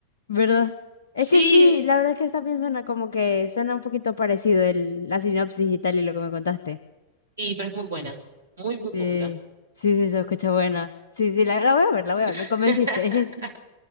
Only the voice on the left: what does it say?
¿verdad? Es
que sí, la verdad es que esta bien suena como que suena un poquito parecido el, la sinopsis y tal y lo que me contaste.
Sí,
sí, sí, se escucha buena. Sí, sí, la, la voy a ver, la voy a ver,
me convenciste.